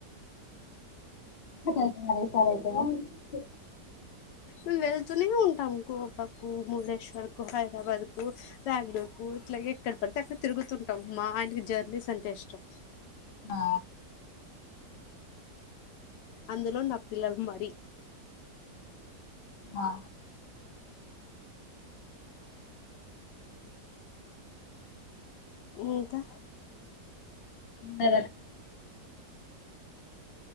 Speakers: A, on the left; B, on the left.
A: ఎక్కడికి వెళ్తున్నారు ఈ సారీ
B: మము వెళ్తూనే ఉంటాం గోవాకు ముళేశ్వర్ కు హైదరాబాద్ కు బెంగళూరుకు ఇట్లాగే ఎక్కడ పడితే అక్కడ తిరుగుతు ఉంటాం మా ఆయనకి జర్నీస్ అంటే ఇష్టం
A: ఆ
B: అందులో నా పిల్లలు మరి
A: ఆ
B: ఇంకా
A: దా